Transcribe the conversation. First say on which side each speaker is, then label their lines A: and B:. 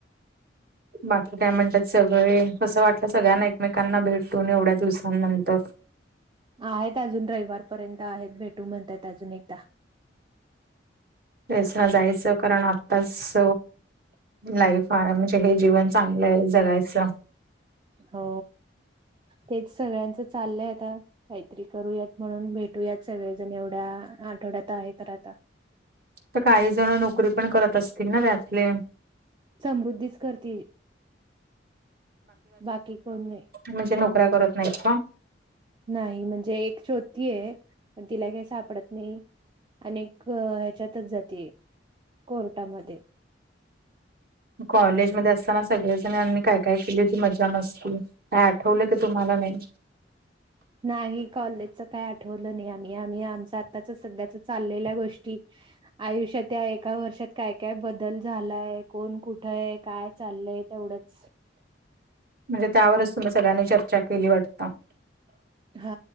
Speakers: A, on the right; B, on the right.
A: बाकी काय म्हणतात सगळे कसं वाटलं सगळ्यांना एकमेकांना भेटून एवढ्या दिवसांनंतर.
B: आहेत अजून रविवारपर्यंत आहेत भेटू म्हणतात अजून एकदा.
A: तेस ना जायचं कारण आत्ताच. लाईफ आहे म्हणजे हे जीवन चांगलं आहे जगायचं.
B: हो तेच सगळ्यांच चाललंय आता काहीतरी करूयात म्हणून भेट. ू यात सगळे जण एवढ्या आठवड्यात आहे तर आता.
A: तर काही जण नोकरी पण करत असतील ना त्यातले.
B: समृद्धीच करतील बाकी कोण नाही.
A: म्हणजे नोकऱ्या करत नाहीत का.
B: नाही म्हणजे एक शछोती आहे पण तिला काही सापडत नाही. अनेक ह्याच्यातच जाते कोर्टामध्ये.
A: कॉलेजमध्येध्ये असताना सगळेजण आ्नी काय काय केली होती मजा मस्ती. ह आठवलं की तुम्हाला नाही.
B: नाही कॉलेजच काय आठवलं नाही आम्ही आम्ही आम. आता सगळ्या चालल्या गोष्टी आयुष्यात. त्या एका वर्षात काय काय बदल झालाय कोण कुठं आहे काय चाललंय तेवढंच.
A: म्हणजे त्यावरच तुम्ही सगळ्यांनी चर्चा केली वाटता
B: हा